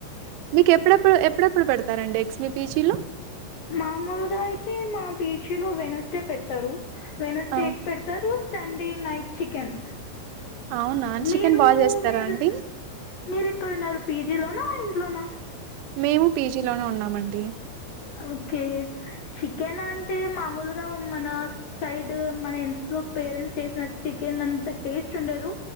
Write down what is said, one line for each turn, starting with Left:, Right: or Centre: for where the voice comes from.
Right: మీకు ఎప్పుడెప్పుడు ఎప్పుడెప్పుడు పెడతారండి ఎక్స్ మీ పీజీలో
Left: మామూలుగా అయితే మా పీ జి లో వెనస్డే పెడతారు వెనస్డే
Right: ఆ
Left: ఎగ్ పెడతారు. సండే నైట్ చికెన్
Right: అవునా చికెన్
Left: మీరు
Right: బాగా చేస్తారా
Left: మీరు
Right: అండి
Left: మీరు ఎక్కడున్నారు పిజీ లోనా ఇంట్లోనా
Right: మేము పీజీలోనే ఉన్నామండి.
Left: ఓకే చికెన్ అంటే మామూలుగా మన సైడు మన ఇంట్లో పేరెంట్స్ చేసిన చికెన్ అంత టేస్ట్ ఉండదు.